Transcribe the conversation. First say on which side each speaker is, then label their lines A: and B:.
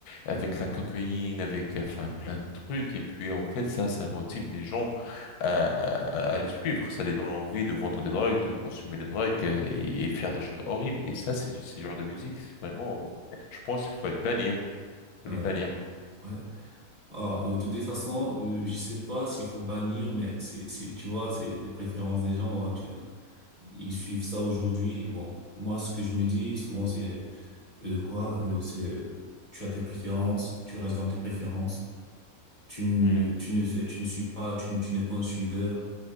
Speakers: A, on the left; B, on the right.
A: avec la cocaïne, avec, euh, enfin, plein de trucs. Et puis, en fait, ça, ça motive les gens à, à, à les suivre. Ça les donne envie de vendre des drogues, de consommer des drogues euh, et, et faire des choses horribles. Et ça, c'est, c'est genre de musique, c'est vraiment, je pense qu'il faut être bannir Faut
B: Euh,
A: les bannir.
B: ouais. Alors, de toutes les façons, euh, je sais pas s'il faut bannir, mais c'est c'est tu vois, c'est les préférences des gens. hein, tu- ils suivent ça aujourd'hui. Bon, moi ce que je me dis souvent c'est Euh, quoi, euh, c'est, tu as tes préférences, tu restes dans tes préférences, tu ne,
A: Hmm.
B: tu ne fais, tu ne suis pas, tu, ne- tu n'es pas un suiveur.